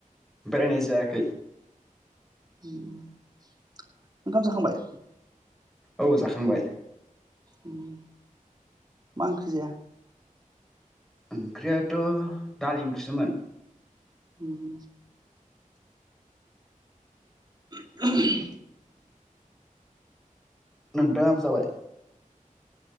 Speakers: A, in the centre; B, on the right.
A: बेरायनाय जायाखै।
B: <inaudible> ओंखाम जाखांबाय‌
A: औ जाखांबाय।
B: ओम मा ओंख्रि जाया?
A: ओंख्रियाथ दालि ओंख्रिसोमोन।
B: उम <inaudible>
A: नोंथाङाबो जाबाय?